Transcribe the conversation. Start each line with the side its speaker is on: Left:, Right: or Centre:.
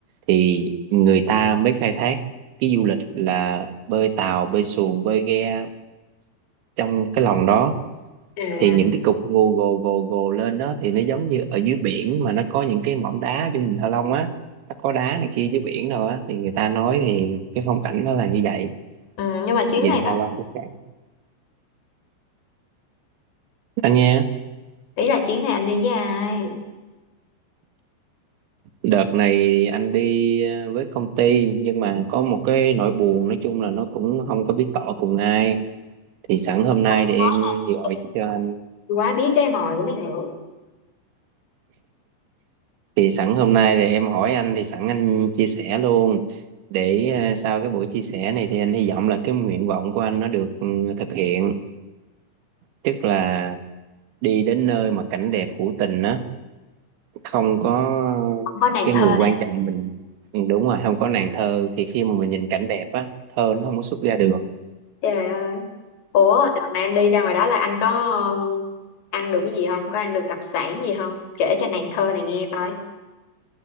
Right: thì người ta mới khai thác cái du lịch là bơi tàu bơi xuồng bơi ghe trong cái lòng đó
Left: à
Right: thì những cái cục gồ gồ gồ gồ lên đó thì nó giống như ở dưới biển mà nó có những cái mỏm đá trên Vịnh Hạ Long á nó có đá này kia dưới biển rồi á thì người ta nói thì cái phong cảnh nó là như vậy
Left: Ừ, nhưng mà chuyến
Right: Vịnh
Left: này là
Right: Hạ Long trong cảnh anh nha
Left: ý là chuyến này anh đi với ai
Right: đợt này anh đi ờ, với công ty nhưng mà có một cái nỗi buồn nói chung là nó cũng không có biết tỏ cùng ai thì sẵn hôm nay
Left: Có em
Right: thì em
Left: gái nè.
Right: gọi cho
Left: quá biết cái mồi của mấy người
Right: Thì sẵn hôm nay thì em hỏi anh thì sẵn anh chia sẻ luôn để ờ, sau cái buổi chia sẻ này thì anh hy vọng là cái nguyện vọng của anh nó được ừ, thực hiện tức là đi đến nơi mà cảnh đẹp hữu tình á không có
Left: không có nàng
Right: cái
Left: thơ
Right: người quan
Left: nè
Right: trọng mình ừ, đúng rồi không có nàng thơ thì khi mà mình nhìn cảnh đẹp á thơ nó không có xuất ra được
Left: trời ơi Ủa, đợt này anh đi ra ngoài đó là anh có um, ăn được cái gì không? Có ăn được đặc sản gì không? Kể cho nàng thơ này nghe coi.